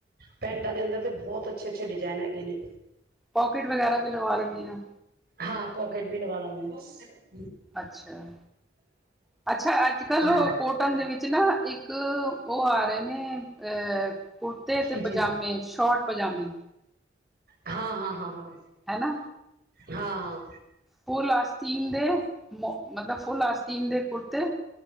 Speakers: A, on the right (about 50°); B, in the centre.
A: ਪੈਂਟਾਂ ਦੇ ਅੰਦਰ ਤੇ ਬਹੁਤ ਅੱਛੇ ਅੱਛੇ ਡਿਜ਼ਾਈਨ ਹੈਗੇ ਨੇਂ।
B: ਪੋਕਟ ਵਗੈਰਾ ਵੀ ਲਗਵਾ ਲੈਂਦੇਂ ਹਾਂ।
A: ਹਾਂ ਪੋਕੇਟ ਵੀ ਲਗਾਂ ਲੇਂਦੇ।
B: ਅੱਛਾ ਅੱਛਾ ਅੱਜ਼ ਕੱਲ੍ਹ
A: ਆ ਹਾਂ
B: ਉਹ ਕੋਟਨ ਦੇ ਵਿੱਚ ਨਾਂ ਇੱਕ। ਉਹ ਆ ਰਹੇ ਨੇ। ਏ ਕੁੜਤੇ ਤੇ
A: ਜੀ
B: ਪਜਾਮੇ
A: ਜੀ
B: ਛੋਟ ਪਜਾਮੇ
A: ਹਾਂ ਹਾਂ ਹਾਂ ਹਾਂ।
B: ਹੈ ਨਾਂ।
A: ਹਾਂ ਹਾਂ।
B: ਫੁੱਲ ਆਸਤੀਨ ਦੇ ਮੱਤਲਬ ਫੁੱਲ ਆਸਤੀਨ ਦੇ ਕੁੜਤੇ